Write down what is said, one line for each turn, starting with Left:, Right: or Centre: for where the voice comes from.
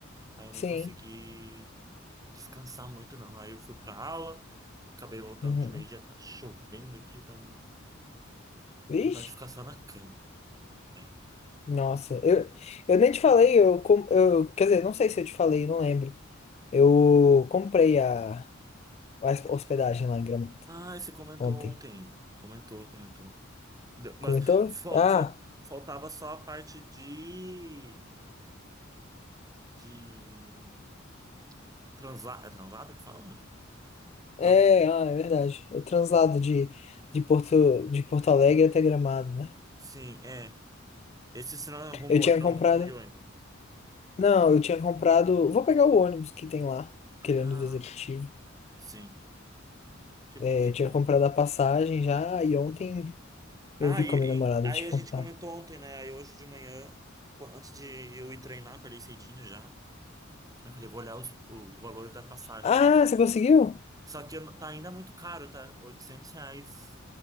Right: aí eu
Left: Sim.
Right: nem consegui descansar muito, não. Aí eu fui pra aula, acabei voltando
Left: Uhum.
Right: de meio-dia, tá chovendo aqui, então
Left: Vixe.
Right: vontade de ficar só na cama, né?
Left: Nossa, eu, eu nem te falei, eu, com- eu. Quer dizer, não sei se eu te falei, não lembro. Eu comprei a, a hospedagem lá em Gramado
Right: Ah, você comentou
Left: ontem.
Right: ontem. Comentou, comentou. Deu- Mas
Left: Comentou?
Right: fal-
Left: Ah.
Right: fal- faltava só a parte de. De. Translado. É translado que fala?
Left: É,
Right: Não.
Left: ah, é verdade. O translado de, de Porto, de Porto Alegre até Gramado, né?
Right: Sim, é. Esse você não arrumou,
Left: Eu tinha
Right: não
Left: comprado.
Right: conseguiu ainda.
Left: Não, eu tinha comprado. Vou pegar o ônibus que tem lá, aquele
Right: Ah,
Left: ônibus executivo.
Right: sim. Que,
Left: É,
Right: que bom.
Left: eu tinha comprado a passagem já e ontem
Right: Ah,
Left: eu vi
Right: e,
Left: com a minha namorada
Right: e- aí
Left: de comprar.
Right: a gente comentou ontem, né? Aí hoje de manhã, qu- antes de eu ir treinar, acordei cedinho já. Aí eu falei, vou olhar os, o valor da passagem,
Left: Ah,
Right: né?
Left: você conseguiu?
Right: Só que eu não- tá ainda muito caro, tá? oitocentos reais